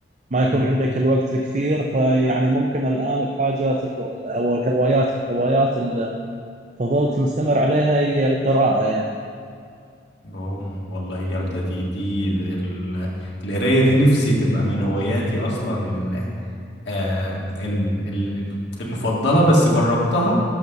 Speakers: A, on the right; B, on the left.
A: ما يكون
B: مم.
A: عندك الوقت الكثير فيعني ممكن الان الحاجات ال- او الهوايات كهوايات اللي فضلت مستمر عليها هي القراءه يعني
B: أم، والله جامدة دي دي ال- القراية دي نفسي تبقى من هواياتي أصلا ال- آه، إن- ال- المفضلة بس جربتها